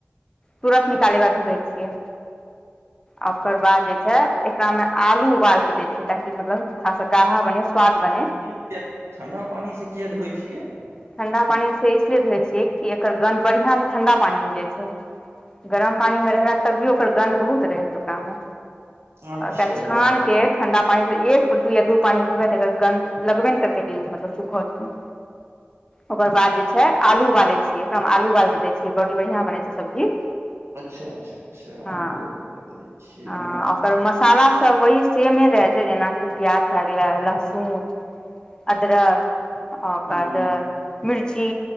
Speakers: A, on the left; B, on the right.
A: तुरत निकाले बला धोई छियै। आ ओकर बाद जे छैय एकरामे आलू उबाल के दै छियै ताकि मतलब खासा काढ़ा बने स्वाद बने।
B: किया ठण्डा पानि से किया धोय छियै?
A: ठंडा पानी से इसलिए धोए छियै कि एकर गन्ध बढ़ियांसे ठंडा पानी मे जाइ छैय। गरम पानी मे रहा तभियो ओकर गन्ध बहुत रहत ओकरामे
B: अच्छा
A: ओकरा
B: ओ
A: छान के
B: ओ
A: ठण्डा पानीसे एक या दू पानीसे धबय त एकर गन्न्द लगबे ने करतै कि मतलब <unintelligible> ओकर बाद जे छैय आलू उबालै छियै एकरामे आलू उबाल के दै छियै बड़ी बढ़ियां बनै छैय सब्जी।
B: अच्छा अच्छा अच्छा
A: हँ
B: <unintelligible> दै छियै
A: हँ ओकर मसाला सब वही सेमे रहै छैय जेनाकि प्याज भए गेलै लहसुन अदरक ओकर
B: हूँ
A: बाद मिर्ची